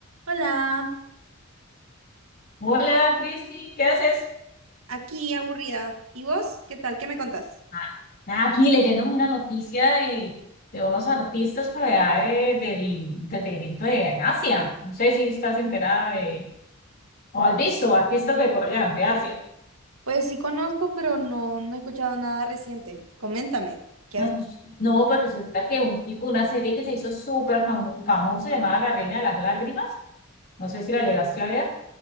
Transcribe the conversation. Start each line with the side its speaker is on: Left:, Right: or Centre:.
Right: Hola,
Left: Hola, Cristi, ¿qué haces?
Right: Aquí, aburrida. ¿Y vos? ¿Qué tal? ¿Qué me contás?
Left: Ah, Nada, aquí leyéndome una noticia de, de unos artistas por allá de- del entretenimiento de, en Asia. No sé si estás enterada de, o has visto artistas de por allá, de Asia.
Right: pues sí conozco, pero no, no he escuchado nada reciente. Coméntame, Qué
Left: Ah,
Right: es,
Left: pues, No, pues resulta que un tipo, una serie que se hizo súper famu- famosa llamada La Reina de las Lágrimas, no sé si la llegaste a ver.